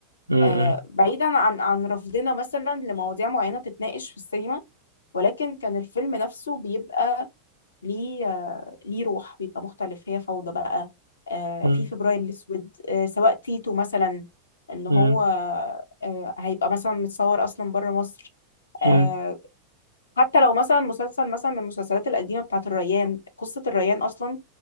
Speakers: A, on the right; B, on the left.
A: م-
B: آه بعيدا عن عن رفضنا مثلا لمواضيع معينة تتناقش في السينما ولكن كان الفيلم نفسه بيبقى ليه آه، ليه روح بيبقى مختلف هي فوضى بقى آه،
A: م-
B: في فبراير الأسود آه، سواء تيتو مثلا إن هو
A: م-
B: آه، هيبقى مثلا متصور أصلا بره مصر آه،
A: م-
B: حتى لو مثلا مسلسل مثلا من المسلسلات القديمة بتاعة الريان قصة الريان أصلا